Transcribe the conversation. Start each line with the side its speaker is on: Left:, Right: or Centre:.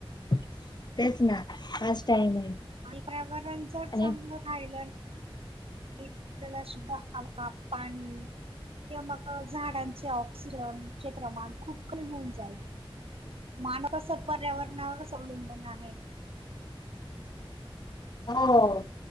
Left: तेच ना फस् टाईम आहे.
Right: पर्यावरण जर चांगलं
Left: आणि
Right: राहिलं. आपल्याला सुद्धा हवा पाणी किंवा मग झाडांचे ऑक्सिजन चे प्रमाण खूप कमी होऊन जाईल. मान कस पर्यावरणावरच अवलंूनबन आहे.
Left: हो